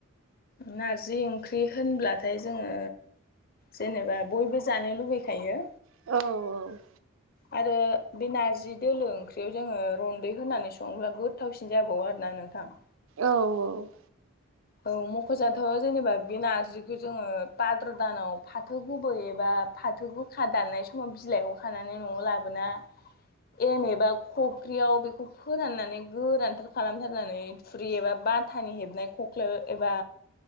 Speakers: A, on the left; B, on the right.
A: नारजि ओंख्रि होनब्लाथाय जोङो जेनेबा बयबो जानो लुबैखायो।
B: औ औ
A: आरो बे नारजि दोलो ओंख्रियाव जोङो रन्दै होनानै सङोब्ला गोथावसिन जाबावो आरोना नोंथां
B: औ औ
A: औ मख'जाथ' जेनेबा बे नारजिखौ जोङो भाद्र दानाव फाथो गोबोै एबा बा फाथोगोखा दाननाय समाव बिलाइखौ खानानै न'आव लाबोना एवनाय बा खफ्रियाव बेखौ फोराननानै गोरानथार खालामथार होननानै थुरि एबा बाथानि हेबनाय खख्ला एबा